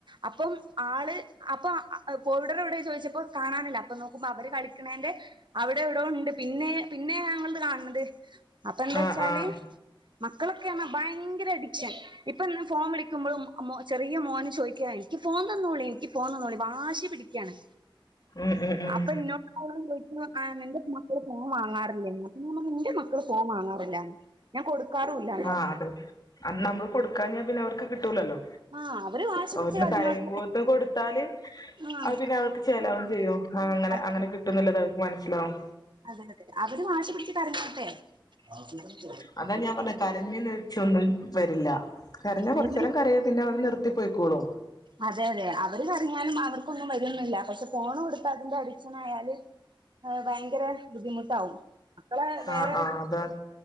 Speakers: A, on the right (about 65°); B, on the left (about 50°).
A: അപ്പം ആള്. അപ്പോ അ പൗഡറവിടെ ചോദിച്ചപ്പേ കാണാനില്ല അപ്പൊ നോക്കുമ്പോ അവര് കളിക്കണേന്റെ. അവിടെവിടോണ്ട് പിന്നെ പിന്നെ ഞങ്ങളിത് കാണ് ണത് അപ്പന്താച്ചാല്.
B: ആഹ് ആഹ്
A: മക്കളൊക്കെർഞ്ഞാ ഭയങ്കര അഡിക്ഷൻ. ഇപ്പൊന്ന് ഫോൺ വിളിക്കുമ്പളും അ മോ ചെറിയ മോന് ചോദിക്കാ ൻക്ക് ഫോൺ തന്നോളിം ൻക്ക് ഫോൺ തന്നോളിം വാശി പിടിക്കാണ്
B: ഉം ഉം ഉം
A: അപ്പന്നോ <unintelligible> ന്റെ മക്കള് ഫോൺ വാങ്ങാറില്ലേന്ന് ഞാൻ പറഞ്ഞു ൻ്റെ മക്കള് ഫോൺ വാങ്ങാറില്ലാന്ന് ഞാൻ കൊടുക്കാറുല്ലാ.
B: ആഹ് അതെ അന്നാമ്മള് കൊടുക്കാഞ്ഞാ പിന്നവർക്ക് കിട്ടൂലല്ലോ.
A: ആ അവര് വാശി പിടിച്ച്
B: ഒന്ന്
A: കരഞ്ഞോട്ടെ
B: കരയുമ്പേത്തിന് കൊടുത്താല്
A: ആ
B: അഹ് പിന്നെ അവർക്ക്. ചേലാവും ചെയ്യും അങ്ങനെ
A: അതെ
B: അങ്ങനെ കിട്ടുന്നുള്ളത് അവർക്ക് മനസ്സിലാവും.
A: അതെ അതെ അവര് വാശി പിടിച്ച് കരഞ്ഞേട്ടെ. <unintelligible>
B: അതാ ഞാൻ പറഞ്ഞത് കരഞ്ഞ് നീച്ചൊന്നും വരില്ല. കരഞ്ഞാ
A: നിങ്ങള്
B: കൊർച്ചേരാം കരയും പിന്നെ അവര് നിർത്തി പോയ്ക്കോളും
A: അതെ അതെ അവര് കരഞ്ഞാലും അവർക്കൊന്നും വരൊന്നുല്ല. പക്ഷേ ഫോൺ കൊടുത്ത് അതിന്റെ അടിക്ഷനായാല്. <inaudible> ഭയങ്കെരെ ബുദ്ധിമുട്ടാവും അപ്പള് വേറെ
B: ആഹ് ആഹ് അതാണ്